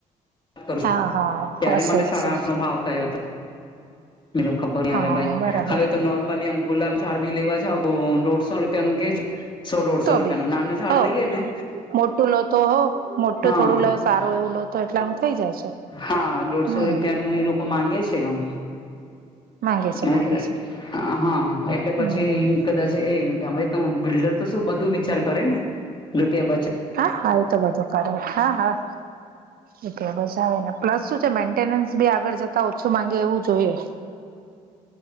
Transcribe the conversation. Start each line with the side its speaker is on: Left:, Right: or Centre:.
Left: વાત કરશું,
Right: હા હા
Left: ત્યારે
Right: હશે
Left: મને સાડા
Right: હશે
Left: આઠસો ભાવ મેં કીધું ખબર નઈ
Right: હા
Left: હવે ભાઈ,
Right: બરાબર
Left: હવે તો નોર્મલી આમ ગુલાબ ઝાડ બી લેવા જાવ તો દોઢસો રૂપિયા નું કે છે. સો-દોઢસો
Right: તો
Left: રૂપિયાનું
Right: બી
Left: નાનું ઝાડ
Right: હો
Left: લઈએે ને,
Right: મોટું લો તો હો મોટું
Left: હા
Right: થોડું લો સારું એવું લો તો એટલાનું થઇ જાય છે
Left: હા, દોઢસો
Right: હમ
Left: રૂપિયા નું એ લોકો માંગે છે આમ
Right: માંગે છે
Left: <inaudible>
Right: માંગે છે
Left: હા, એટલે પછી
Right: હમ
Left: કદાચ એ હવે તો, બિલ્ડર તો શું બધું વિચાર કરે ને. રૂપિયા બચે
Right: હા.. હા, એ તો બધું કરે, હા.. હા એટલે બસ આવે ને, પ્લસ શું છે મેન્ટેન્સ બી આગળ જતા ઓછું માંગે એવું જોઈએ.